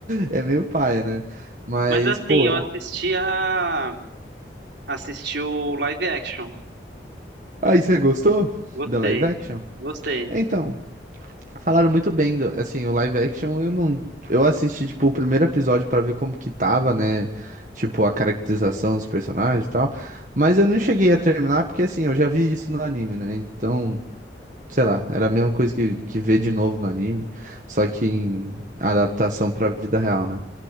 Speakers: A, on the right; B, on the right.
A: é meio paia, né? Mas,
B: Mas assim,
A: pô,
B: eu
A: é um...
B: assisti a. Assisti o live action.
A: aí você gostou
B: Gostei,
A: do live action?
B: gostei.
A: Então, falaram muito bem do, assim, o live action eu não, eu assisti, tipo, o primeiro episódio pra ver como que tava, né? Tipo, a caracterização dos personagens e tal. Mas eu não cheguei a terminar porque, assim, eu já vi isso no anime, né? Então... sei lá, era a mesma coisa que, que ver de novo no anime, só que em adaptação pra vida real, né?